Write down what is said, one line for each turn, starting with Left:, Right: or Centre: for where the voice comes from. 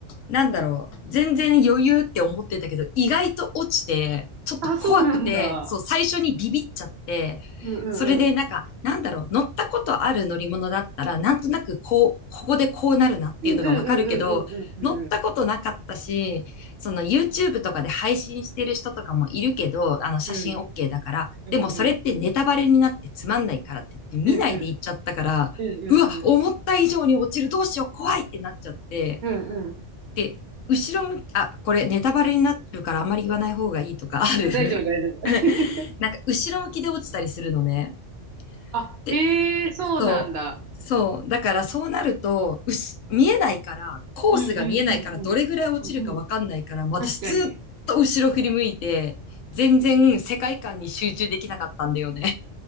Left: なんだろう、全然余裕って思ってたけど、意外と落ちて、ちょっと怖くて、
Right: あ、そうなんだ。
Left: そう、最初にビビっちゃって、
Right: うんうんうん。
Left: それでなんか、なんだろう、乗ったことある乗り物だったら、なんとなくこう、ここでこうなるなっていうのがわかるけど、
Right: うんうんうんうんうんうん
Left: 乗ったことなかったし、その YouTube とかで配信してる人とかもいるけど、あの写真
Right: うん
Left: OK だから、
Right: うんうんうん
Left: でもそれってネタバレになってつまんないからって言って見ないで行っちゃったから、
Right: うんうんうんうん
Left: うわ、思った以上に落ちる、どうしよう、怖いってなっちゃって、
Right: うんうん
Left: で、後ろ向き、あ、これネタバレになるからあんまり言わない方がいいとかある
Right: あ大丈夫大丈
Left: <laughs>
Right: 夫
Left: なんか後ろ向きで落ちたりするのね。
Right: <laughs> あへえそうなんだ
Left: で、そう。そう。だからそうなると、うし、見えないから、コースが見えないから、
Right: うんうんうんうんうんうん
Left: どれぐらい落ちるかわかんないから、私ずっと後ろ振り向いて、
Right: 確かに
Left: 全然世界観に集中できなかったんだよね。